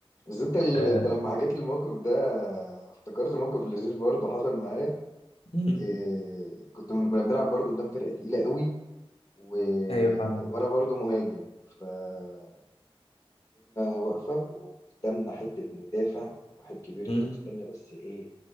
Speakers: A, on the left (about 35°); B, on the left (about 75°).
A: بس انت ال...
B: آه،
A: انت لما حكيت لي الموقف ده افتكرت موقف لذيذ برضه حصل معايا
B: م.
A: إيه، كنت من كنا بنلعب برضو قدام فرقة تقيلة قوي و...
B: ايوه فاهمك
A: وانا برضو مهاجم فالدنيا واقفة وقدامنا حتة مدافع واحد كبير
B: م.
A: كده في السن بس ايه